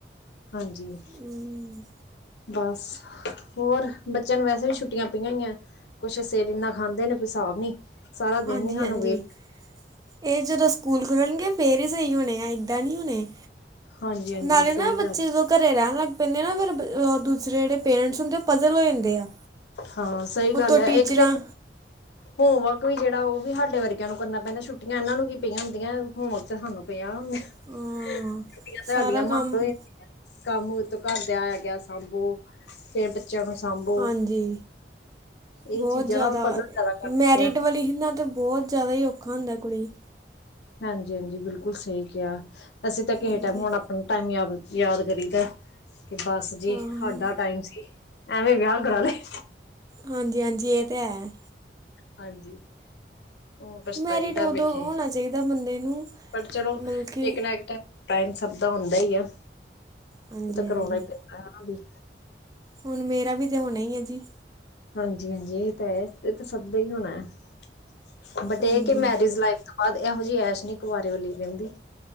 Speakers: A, on the left (about 75°); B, on the right (about 20°).
A: ਹਾਂਜੀ।
B: ਹਮ,
A: ਬਸ ਹੋਰ ਬੱਚਿਆਂ ਨੂੰ ਵੈਸੇ ਵੀ ਛੁੱਟੀਆਂ ਪਈਆਂ ਹੀਈਆਂ। ਕੁਛ ਸਿਰ ਇਨਾ ਖਾਂਦੇ ਨੇ ਕੋਈ ਹਿਸਾਬ ਨੀ। ਸਾਰਾ
B: ਹਾਂਜੀ
A: ਦਿਨ ਨੀ ਸਾਨੂੰ
B: ਹਾਂਜੀ।
A: ਵੇਲ
B: ਇਹ ਜਦੋਂ ਸਕੂਲ ਖੁਲਣਗੇ ਫੇਰ ਹੀ ਸਹੀ ਹੋਣੇ ਆ ਏਦਾਂ ਨਹੀਂ ਹੋਣੇ।
A: ਹਾਂਜੀ ਹਾਂਜੀ
B: ਨਾਲੇ ਨਾ
A: ਸਹੀ
B: ਬੱਚੇ
A: ਗੱਲ ਹੈ
B: ਤੋ ਘਰੇ ਰਹਿਣ ਲੱਗ ਪੈਂਦੇ ਨਾ ਫੇਰ ਦੂਸਰੇ ਜਿਹੜੇ ਪੇਰੈਂਟਸ ਹੁੰਦੇ ਉਹ ਪਜ਼ਲ ਹੋ ਜਾਂਦੇ ਆ।
A: ਹਾਂ ਸਹੀ
B: ਉਤੋਂ
A: ਗੱਲ ਏ
B: ਟੀਚਰਾਂ
A: ਇੱਕ ਤੇ ਹੋਮਵਰਕ ਵੀ ਜਿਹੜਾ ਉਹ ਵੀ ਸਾਡੇ ਵਰਗਿਆਂ ਨੂੰ ਕਰਨਾ ਪੈਂਦਾ ਛੁੱਟੀਆਂ ਇਹਨਾਂ ਨੂੰ ਕੀ ਪਈਆਂ ਹੁੰਦੀਆਂ ਹੋਮਵਰਕ ਤਾਂ ਸਾਨੂੰ ਪਈਆਂ। ਛੁੱਟੀਆਂ
B: ਹਾਂ
A: ਸਾਡੀਆਂ
B: ਸਾਰਾ ਕੰਮ
A: ਮਾ ਵੇ ਕੰਮ ਤੋਂ ਘਰ ਦਿਆ ਆਇਆ ਗਿਆ ਸਾਂਭੋ ਫੇਰ ਬੱਚਿਆਂ ਨੂੰ ਸਾਂਭੋ।
B: ਹਾਂਜੀ
A: ਇਹ
B: ਬਹੁਤ
A: ਚੀਜ਼ਾਂ
B: ਜ਼ਿਆਦਾ
A: ਨਾ ਪਜ਼ਲ ਜ਼ਿਆਦਾ ਕਰਦੀਆਂ
B: ਮੈਰਿਡ ਵਾਲੀ ਹੀ ਨਾ ਤਾਂ ਬਹੁਤ ਜ਼ਿਆਦਾ ਹੀ ਔਖਾ ਹੁੰਦਾ ਕੁੜੀ।
A: ਹਾਂਜੀ ਹਾਂਜੀ ਬਿਲਕੁਲ ਸਹੀ ਕਿਹਾ ਅਸੀਂ ਤਾਂ ਕੇ
B: ਹਾਂਜੀ
A: ਟਾਈਮ ਹੁਣ ਟਾਈਮ ਯਾਦ ਯਾਦ ਕਰੀ ਦਾ ਕਿ ਬਸ ਜੀ
B: ਹਾਂ
A: ਸਾਡਾ ਟਾਈਮ ਸੀ। ਐਵੇਂ ਵਿਆਹ ਕਰਾ ਲਏ।
B: ਹਾਂਜੀ ਹਾਂਜੀ ਇਹ ਤਾਂ ਹੈ।
A: ਹਾਂਜੀ। ਹੁਣ ਪਸਤਾਈ
B: ਮੈਰਿਟ
A: ਦਾ
B: ਉਦੋਂ
A: ਬੈਠੇ
B: ਹੋਣਾ ਚਾਹੀਦਾ ਬੰਦੇ ਨੂੰ
A: ਪਰ ਚਲੋ
B: ਮਤਲਬ ਕਿ
A: ਇੱਕ ਨਾ ਇੱਕ ਤਾਂ। ਟਾਈਮ ਸਭ ਦਾ ਹੁੰਦਾ ਹੀ ਆ
B: ਹਾਂਜੀ
A: ਉਹ ਤਾਂ ਕਰਾਉਣਾ
B: ਹਾਂਜੀ
A: ਹੀ ਪੈਂਦਾ ਹੈ ਵੀ।
B: ਹੁਣ ਮੇਰਾ ਵੀ ਤਾਂ ਹੋਣਾ ਐ ਜੀ।
A: ਹਾਂਜੀ ਹਾਂਜੀ ਇਹ ਤਾਂ ਹੈ ਇਹ ਤਾਂ ਸਭ ਦਾ ਹੀ ਹੋਣਾ ਹੈ ਬਟ
B: ਹਾਂਜੀ
A: ਇਹ ਕਿ ਮੈਰਿਜ ਲਾਈਫ ਤ। ਬਾਦ ਇਹੋ ਜਿਹੀ ਐਸ਼ ਨੀ ਕੁਆਰੇ ਵਾਲੀ ਰਹਿੰਦੀ